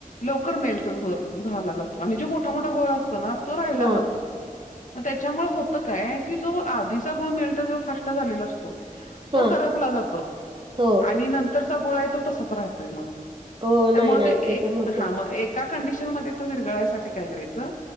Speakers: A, on the left; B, on the right.
A: लवकर मेल्ट झाला जातो, आणि जो मोठा-मोठा गुळ असतो ना, तो राहिला
B: हा
A: जातो. म त्याच्यामुळ होतं काय, की जो आधीचा गुळ मेल्ट जे, फास्ट झालेला असतो. तो
B: हा
A: करपला जातो,
B: हो
A: आणि नंतरचा गुळा आहे, तो तसाच राहतोय मग.
B: हो
A: त्यामुळे,
B: नाही नाही
A: ते एक,
B: तर होतच
A: हां मग एक त्या कंडिशन मध्ये, तो विरगळायसाठी काय करायचं,